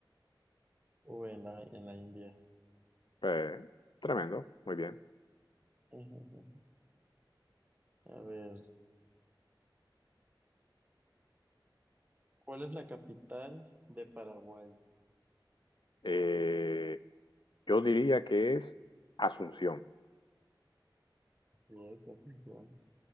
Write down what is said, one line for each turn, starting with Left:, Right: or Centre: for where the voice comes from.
Right: Uy, en la, en la India.
Left: Eh, tremendo, muy bien.
Right: <laughs> A ver, ¿cuál es la capital de Paraguay?
Left: Eh, yo diría que es Asunción.
Right: Sí, es atención.